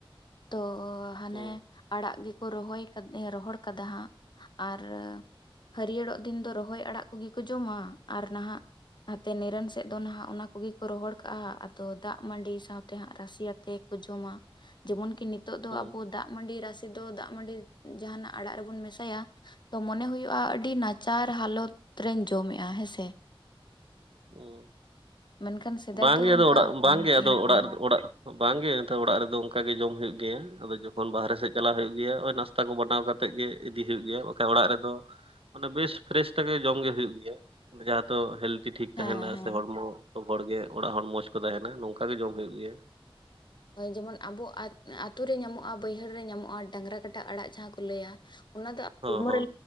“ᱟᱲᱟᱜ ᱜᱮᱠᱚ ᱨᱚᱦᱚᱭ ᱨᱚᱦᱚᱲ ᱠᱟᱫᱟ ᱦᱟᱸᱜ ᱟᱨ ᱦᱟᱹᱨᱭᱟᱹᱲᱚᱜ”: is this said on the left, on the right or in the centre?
Left